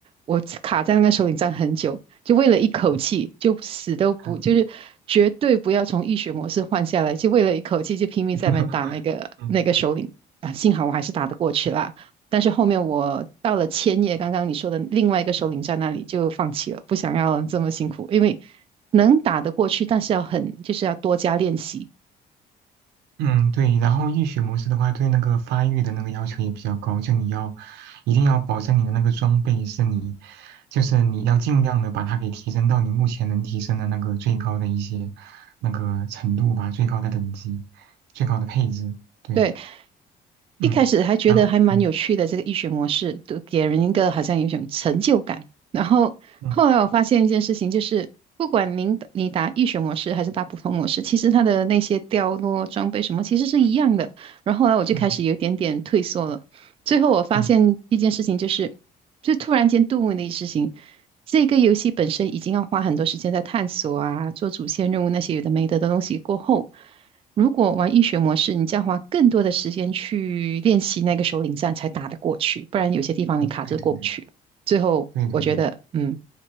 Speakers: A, on the right (about 35°); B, on the right (about 85°).
A: 我卡在那个首领战很久。就为了一口气，就死都不，
B: 啊
A: 就是绝对不要从浴血模式换下来，就为了一口气就拼命在那边打那个那个首领啊，
B: <laughs>，嗯
A: 幸好我还是打得过去啦。但是后面我到了千叶，刚刚你说的另外一个首领在那里就放弃了，不想要这么辛苦，因为能打得过去，但是要很就是要多加练习。
B: 嗯，对。然后浴血模式的话，对那个发育的那个要求也比较高，就你要一定要保证你的那个装备是你，就是你要尽量的把它给提升到你目前能提升的那个最高的一些那个程度吧，最高的等级，最高的配置。对，
A: 对，一开始还觉得还蛮有趣的这个医学模式，
B: 嗯，然后嗯
A: 都给人一个好像有一种成就感。然后后来我发现一件事情，
B: 嗯
A: 就是不管您打你打医学模式还是打普通模式，其实它的那些掉落装备什么其实是一样的。然后后来我就开始有一点点退缩了。
B: 嗯
A: 最后我发现一件事情，
B: 嗯
A: 就是就突然间顿悟的一事情，这个游戏本身已经要花很多时间在探索啊，做主线任务那些有的没的的东西过后。如果玩易学模式，你就要花更多的时间去练习那个首领战才打得过去，不然有些地方你卡着过不去。
B: 嗯，对对对
A: 最后，
B: 对对对，
A: 我觉得，嗯，